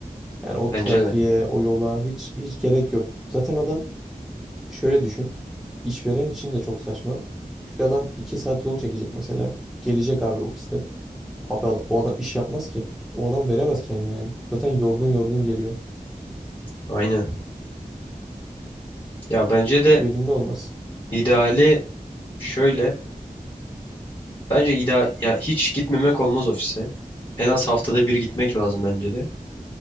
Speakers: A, in the centre; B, on the left.
A: Yani o
B: Bence
A: trafiğe,
B: de.
A: o yola hiç hiç gerek yok. Zaten adam Şöyle düşün. İşveren için de çok saçma. Çünkü adam 2 saat yol çekecek mesela. Gelecek abi ofiste. Abi ad- o adam iş yapmaz ki. O adam veremez kendini yani. Zaten yorgun yorgun geliyor.
B: Aynen. Ya bence de
A: Verimli olmaz.
B: ideali şöyle. Bence ideal ya hiç gitmemek olmaz ofise. En az haftada bir gitmek lazım bence de.